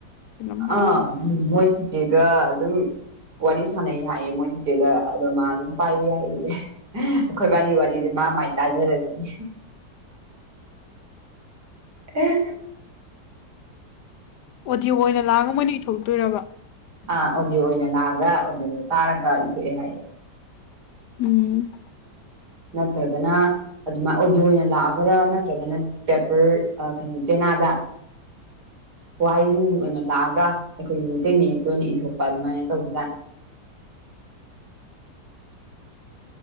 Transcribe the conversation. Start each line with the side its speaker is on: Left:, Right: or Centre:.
Left: ꯀꯩꯅꯣꯝ ꯍꯥꯏꯕꯅꯤ
Right: ꯑꯝ ꯃꯣꯏ ꯆꯤꯆꯦꯒ ꯑꯗꯨꯝ ꯋꯥꯔꯤ ꯁꯥꯟꯅꯩ ꯍꯥꯏꯌꯦ ꯃꯣꯏ ꯆꯤꯆꯦꯗ ꯑꯗ ꯃꯥ ꯑꯗꯨꯝ ꯄꯥꯏꯕ ꯌꯥꯏꯌꯦ ꯑꯩꯈꯣꯏ ꯋꯥꯔꯤꯕꯥꯂꯤ ꯋꯥꯔꯤꯂꯤꯁꯦ ꯃꯥ ꯃꯥꯏ ꯇꯥꯖꯔꯁꯤꯅꯤ
Left: <inaudible>
Right: ꯑꯦ
Left: ꯑꯣꯗꯤꯌꯣ ꯑꯣꯏꯅ ꯂꯥꯡꯑꯒ ꯃꯣꯏ ꯑꯣꯏꯅ ꯏꯊꯣꯛꯇꯣꯏꯔꯕ
Right: ꯑꯥ ꯑꯣꯗꯤꯌꯑꯣ ꯑꯣꯏꯅ ꯂꯥꯛꯑꯒ ꯑꯣꯗꯤꯌꯑꯣꯗꯣ ꯇꯥꯔꯒ ꯏꯊꯣꯛꯑꯦ ꯍꯥꯏꯌꯦ
Left: ꯎꯝ
Right: ꯅꯠꯇ꯭ꯔꯒꯅ ꯑꯗꯨꯃꯥꯏꯅ ꯑꯣꯗꯤꯌꯣ ꯑꯣꯏꯅ ꯂꯥꯛꯑꯒꯔꯥ ꯅꯠꯇ꯭ꯔꯒꯅ ꯄꯦꯄꯔ ꯀꯩꯅꯣ ꯆꯦꯅꯥꯗ ꯋꯥꯍꯩꯁꯤꯡ ꯑꯣꯏꯅ ꯂꯥꯛꯑꯒ ꯑꯩꯈꯣꯏꯒꯤ ꯃꯩꯇꯩ ꯃꯌꯦꯛꯇ ꯑꯣꯏꯅ ꯏꯊꯣꯛꯄ ꯑꯗꯨꯃꯥꯏꯅ ꯇꯧꯕꯖꯥꯠ